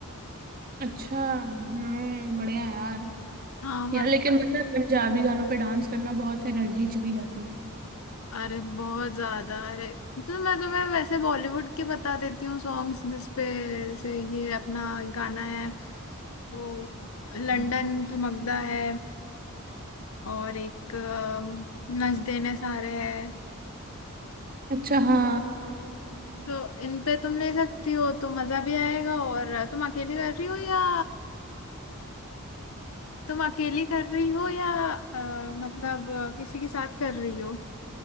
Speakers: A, on the right; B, on the left.
A: <clears throat> अच्छा हम्म बढ़िया यार
B: हाँ मजा
A: यार लेकिन मतलब पंजाबी गानों पे डांस करना बहुत एनर्जी चली जाती
B: अरे बहुत ज्यादा अरे तो मैं तुम्हें वैसे बॉलीवुड के बता देती हूँ सॉन्ग्स जिसपे जैसे ये अपना गाना है वो लंदन
A: है
B: थमकदा है और एक अ, नच देने सारे है
A: अच्छा हाँ
B: तो इन पे तुम ले सकती हो तो मजा भी आएगा और तुम अकेली कर रही हो या तुम अकेली कर रही हो या अ, मतलब अ, किसी के साथ कर रही हो